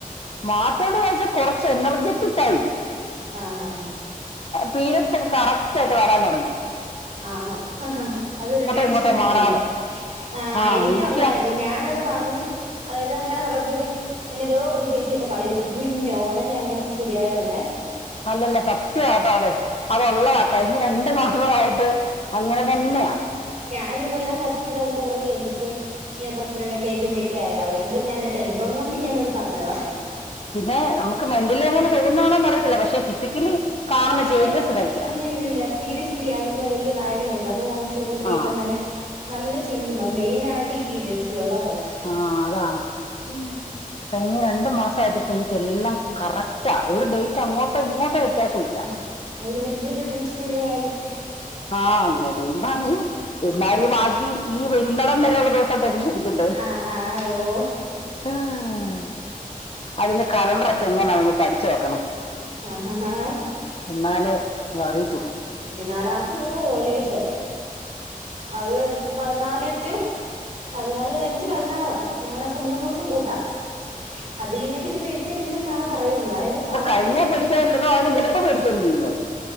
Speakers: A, on the left (about 40°); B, on the right (about 50°).
A: മാറ്റോണ്ടോ വച്ചാൽ കൊറച്ച് എനർജെറ്റിക്കായി
B: ആഹ് ആഹ് ഹഹ
A: പീര്ഡ്സൊക്കെ കറക്റ്റ് ആയിട്ട് വരാൻ തൊടങ്ങി.
B: ആണോ ഹ് ഹ് അതൊരു ടെൻഷൻ
A: ഇങ്ങോട്ടോ
B: ആയിരുന്നല്ലോ?
A: മാറാതെ
B: ആഹ്
A: ആ
B: എനിക്കും
A: എനിക്കാ
B: അങ്ങനായിരുന്നു ഞാനത് പറഞ്ഞ് ഇത് അങ്ങനെ പറഞ്ഞപ്പെത്തേക്ക് എന്നെ വേറൊരു ചേച്ചി എന്നെ കളി <unintelligible> ക്കി പിന്നെ ഒടനെ അങ്ങ് ശ ശരിയായോന്നെ
A: അല്ലല്ല സത്യാട്ടോ അത് അത് ഉള്ളത കഴിഞ്ഞ രണ്ട് മാസ്വവായിട്ട് അങ്ങനെ തന്നെയാ
B: അനി ഇതെല്ലാ കട്ട് ചെയ്തതിന്റെ പിറകെ എനിക്ക് ഇങ്ങനെ പ്രഗ്നൻറ് കേ കുഞ്ഞ ക്കെ ക്കെ ആയി അതുകൊണ്ട് ഞാൻ എന്റെ അനുഭവം കൊണ്ട് ഞാനത് പറഞ്ഞതാ.
A: പിന്നെ നമുക്ക് മെന്റലി അങ്ങനെ തോന്നുന്നാന്ന് അറിയത്തില്ല പക്ഷെ ഫിസിക്കലി കാണുന്ന
B: പക്ഷെ
A: ചേയ്ഞ്ചസ് ഇതൊക്കെയാണ്.
B: ഇല്ലില്ലില്ല സീരിയസ്ലി അതിൽ വലിയ കാര്യവുണ്ട് അത് നമ്മളെ ടീമ്ന്നന്നെ
A: ആ
B: നല്ല ചേഞ്ച് മെയിനാ ആയിട്ട് ഈ പീരയഡ്സില്ള്ളൊതാ
A: ആഹ് അതാ
B: ഉം
A: ഈ രണ്ടു മാസായിട്ട് പ്പോ എനിക്കെല്ലാം കറക്റ്റ ഒരു ഡേറ്റ് അങ്ങോട്ടോ ഇങ്ങോട്ടോ- വ്യത്യാസം ഇല്ല
B: അഹ് ഒരു വല്ല്യെരു ടെൻഷൻ ഒഴിവായല്ലോ
A: ആഹ് അങ്ങനീം പറയാ എന്നാലും വാകി ഈ വരുന്നടം വരെ <unintelligible> ഉള്ള ദിവസം ടെൻഷൻട ണ്ടേ
B: ആഹ് ആഹ് ഓ
A: ആഹ് അതിന്റെ കലണ്ട്രക്കെ എങ്ങനാന്ന് പഠിച്ച് വെക്കണം.
B: ആഹ് ഹാ
A: എന്നാലേ അറിയത്തുള്ളൂ
B: നാലാമത്തെ ദിവസം ഓലേഷൻ അത് പതിനാല് റ്റു പതിനാല് പതിനഞ്ച് പതിനാറ് അങ്ങനൊക്കെ മൂന്നൂസം കൂട്ടാം. അത് കെഴിഞ്ഞാ പിന്നെ പേടിക്കാനില്ലെന്നാണ് പറയുന്നത് അതായത് കറക്റ്റ്
A: കഴിഞ്ഞ
B: ആയിട്ട്
A: പേടിക്കാനില്ലെന്നോ അതിന് മുമ്പ് പേടിക്കാനില്ലന്നോ?